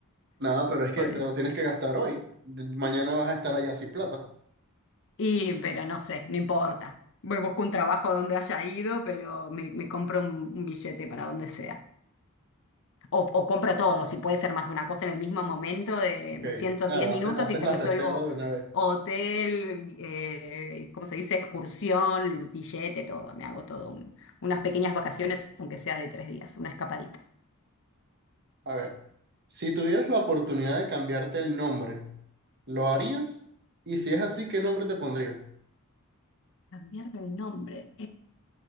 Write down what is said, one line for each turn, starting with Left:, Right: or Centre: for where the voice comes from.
Right: Nada, pero es que
Left: Pobre.
Right: te lo tienes que gastar hoy. Mañana vas a estar allá sin plata.
Left: Y, pero no sé, no importa. Voy, busco un trabajo donde haya ido, pero me, me compro un, un billete para donde sea. O, o compro todo, si puede ser más de una cosa en el mismo momento, de
Right: Ok,
Left: me siento
Right: claro,
Left: 10 minutos
Right: hace- haces
Left: y te
Right: la
Left: resuelvo
Right: reserva de una vez.
Left: hotel, eh, ¿cómo se dice? Excursión, billete, todo. Me hago todo un- unas pequeñas vacaciones, aunque sea de tres días, una escapadita.
Right: A ver, si tuvieras la oportunidad de cambiarte el nombre, ¿lo harías? Y si es así, ¿qué nombre te pondrías?
Left: Cambiarme el nombre.